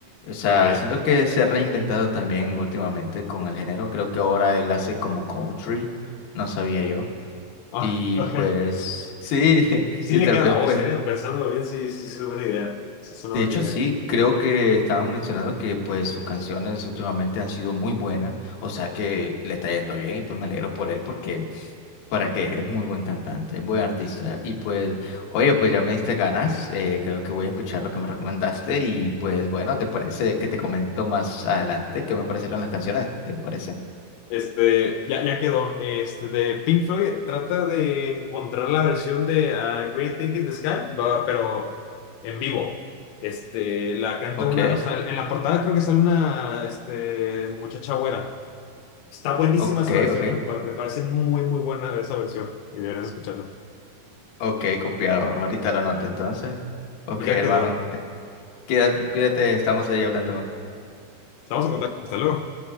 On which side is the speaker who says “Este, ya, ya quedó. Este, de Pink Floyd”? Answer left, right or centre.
Left